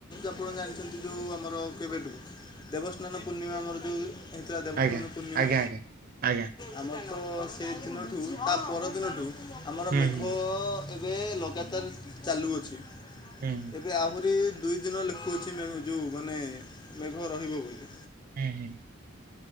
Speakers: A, on the left (about 20°); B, on the right (about 45°).
A: ଆପଣ ଜାଣିଛନ୍ତି ଯେଉଁ ଆମର କେବେଠୁ ଦେବସ୍ନାନ ପୂର୍ଣ୍ଣିମା ଆମର ଯୋଉ ହେଇଥିଲା, ଦେବସ୍ନାନ
B: ଆଜ୍ଞା
A: ପୂର୍ଣିମା।
B: ଆଜ୍ଞା ଆଜ୍ଞା ଆଜ୍ଞା
A: ଆମର ତ ସେଇ ଦିନଠୁ, ତା ପରଦିନଠୁ, ଆମର
B: ହୁଁ
A: ମେଘ
B: ହୁଁ
A: ଏବେ ଲଗାତାର ଚାଲୁଅଛି,
B: ହୁଁ
A: ଏବେ ଆହୁରି ଦୁଇ ଦିନ ଲେଖୁଅଛି, ମେଘ ଯୋଉ ମାନେ ମେଘ ରହିବ ବୋଲି।
B: ହୁଁ ହୁଁ।